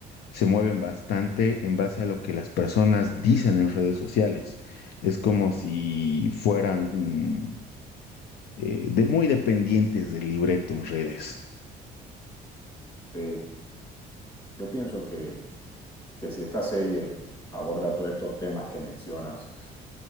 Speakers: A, on the left (about 70°); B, on the left (about 30°).
A: se mueven bastante en base a lo que las personas dicen en redes sociales. Es como si fueran mm, eh, de muy dependientes del libreto en redes.
B: Sí, yo pienso que, que si esta serie aborda todos estos temas que mencionas,